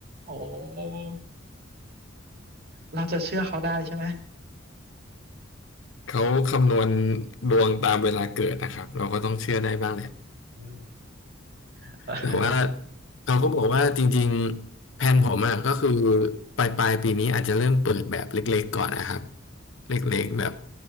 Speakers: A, on the right (about 50°); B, on the left (about 65°).
A: โอ้เราจะเชื่อเขาได้ใช่ไหม
B: เขาคำนวณดวงตามเวลาเกิดนะครับเราก็ต้องเชื่อได้บ้างแหละ
A: อืมเออ
B: แต่ว่าเขาก็บอกว่าจริงๆแผนผมอะก็คือปลายปลายปีนี้อาจจะเริ่มเปิดแบบเล็กๆก่อนนะครับเล็กๆแบบ